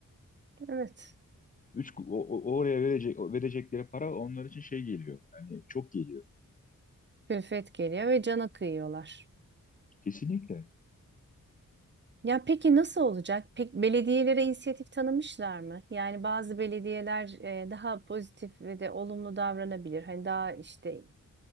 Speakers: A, on the right; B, on the left.
A: Evet.
B: Üç, o- o- oraya verecek verecekleri para onlar için şey geliyor. Yani çok geliyor.
A: Külfet geliyor ve cana kıyıyorlar.
B: Kesinlikle.
A: Ya peki nasıl olacak? Pek belediyelere inisiyatif tanımışlar mı? Yani bazı belediyeler e, daha pozitif ve de olumlu davranabilir. Hani daha işte